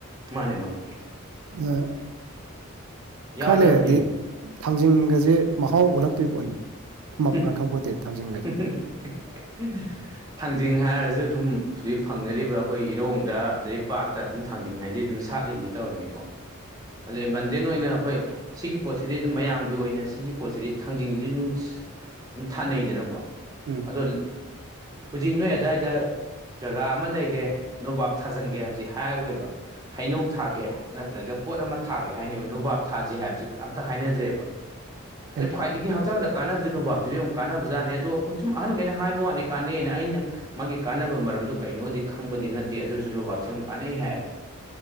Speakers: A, on the right; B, on the right.
A: ꯃꯥꯅꯦ ꯃꯥꯅꯦ
B: ꯑ
A: ꯌꯥꯗꯕꯅꯤ
B: ꯈꯔ ꯂꯩꯔꯗꯤ ꯊꯥꯡꯖꯤꯡꯒꯁꯦ ꯃꯍꯥꯎ ꯑꯣꯜꯂꯛꯇꯣꯏ ꯄꯣꯠꯅꯤ ꯊꯨꯝꯃꯛꯄ꯭ꯔꯥ
A: <unintelligible>
B: ꯈꯪꯄꯣꯠꯇꯦ ꯊꯥꯡꯖꯤꯡꯒꯁꯦ
A: ꯊꯥꯡꯖꯤꯡ ꯍꯥꯏꯔꯁꯨ ꯑꯗꯨꯝ ꯍꯧꯖꯤꯛ ꯐꯪꯅꯔꯤꯕ ꯑꯩꯈꯣꯏ ꯏꯔꯣꯡꯗ ꯑꯗꯩ ꯄꯥꯠꯇ ꯑꯗꯨꯝ ꯊꯥꯡꯖꯤꯡ ꯍꯥꯏꯗꯤ ꯑꯗꯨꯝ ꯁꯥꯠꯂꯤꯅꯤ ꯇꯧꯔꯤꯅꯤꯀꯣ ꯑꯗꯩ ꯕꯟꯗꯦꯟ ꯑꯣꯏꯅ ꯍꯣꯏ ꯁꯤꯒꯤ ꯄꯣꯠꯁꯤꯗꯤ ꯑꯗꯨꯝ ꯃꯌꯥꯝꯒꯤ ꯑꯣꯏꯅ ꯁꯤꯒꯤ ꯄꯣꯠꯁꯤꯗꯤ ꯊꯥꯡꯖꯤꯡꯁꯤꯗꯤ ꯑꯗꯨꯝ ꯑꯗꯨꯝ ꯊꯥꯅꯩꯗꯅꯀꯣ
B: ꯎꯝ
A: ꯑꯗꯣ ꯍꯧꯖꯤꯛ ꯅꯣꯏ ꯑꯗꯨꯋꯥꯏꯗ ꯖꯒꯥ ꯑꯃ ꯂꯩꯔꯦ ꯅꯣꯕꯥꯞ ꯊꯥꯖꯤꯟꯒꯦ ꯍꯥꯏꯕꯁꯤ ꯍꯥꯏꯔꯔꯣꯏꯕ ꯍꯩꯅꯧ ꯊꯥꯒꯦ ꯅꯠꯇ꯭ꯔꯒ ꯄꯣꯠ ꯑꯃ ꯊꯥꯒꯦ ꯍꯥꯏꯅꯦꯕ ꯅꯣꯕꯥꯞ ꯊꯥꯖꯦ ꯍꯥꯏꯕꯁꯤ ꯀꯅꯥꯝꯇ ꯍꯥꯏꯅꯗ꯭ꯔꯦꯕ
B: <unintelligible>
A: ꯑꯗꯩ ꯈ꯭ꯋꯥꯏꯗꯒꯤ ꯍꯛꯆꯥꯡꯗ ꯀꯥꯟꯅꯕꯁꯦ ꯅꯣꯕꯥꯁꯤꯁꯨ ꯌꯥꯝ ꯀꯥꯟꯅꯕ ꯖꯥꯠꯅꯦ ꯑꯗꯣ ꯈꯣꯏ ꯁꯨꯝ ꯑꯍꯟꯈꯩꯅ ꯍꯥꯏꯕ ꯋꯥꯠꯅꯤ ꯀꯥꯟꯅꯩꯅ ꯑꯩꯅ ꯃꯥꯒꯤ ꯀꯥꯟꯅꯕ ꯃꯔꯝꯗ ꯀꯩꯅꯣꯗꯤ ꯈꯪꯕꯗꯤ ꯅꯠꯇꯦ ꯑꯗꯨꯁꯨ ꯅꯣꯕꯥꯞꯁꯦ ꯌꯥꯝ ꯀꯥꯟꯅꯩ ꯍꯥꯏꯌꯦꯕ